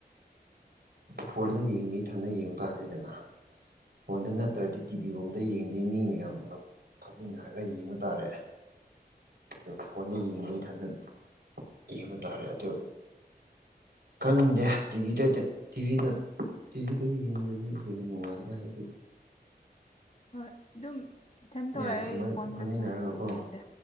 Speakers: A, on the right; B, on the left.
A: ꯐꯣꯟꯗ ꯌꯦꯡꯗ ꯏ ꯊꯟ ꯌꯦꯡꯕ ꯇꯥꯔꯦꯗꯅ ꯐꯣꯟꯗ ꯅꯠꯇ꯭ꯔꯗꯤ ꯇꯤꯚ ꯕꯤꯔꯣꯝꯗ ꯌꯦꯡꯗꯦ ꯃꯤ ꯃꯌꯥꯝꯒ ꯐꯝꯃꯤꯟꯅꯔꯒ ꯌꯦꯡꯕ ꯇꯥꯔꯦ ꯑꯗꯨ ꯐꯣꯟꯗ ꯌꯦꯡꯕꯩꯊꯟꯗ ꯌꯦꯡꯕ ꯇꯥꯔꯦ ꯑꯗꯨ ꯀꯪꯗꯦ ꯇꯤꯚꯤꯗꯗꯤ ꯇꯤꯚꯤꯅ ꯇꯤꯚꯤꯗ ꯌꯦꯡꯕꯗꯅ ꯍꯦꯟꯅ ꯅꯨꯡꯉꯥꯏꯗ ꯑꯩꯗꯤ
B: ꯍꯣꯏ ꯑꯗꯨꯝ ꯏꯊꯟ
A: ꯃꯌꯥꯝ
B: ꯊꯣꯛꯑꯦ ꯐꯣꯟꯗꯁꯨ
A: ꯐꯝꯃꯤꯟꯅꯔꯒꯀꯣ
B: ꯅꯨꯡꯉꯥꯏꯗ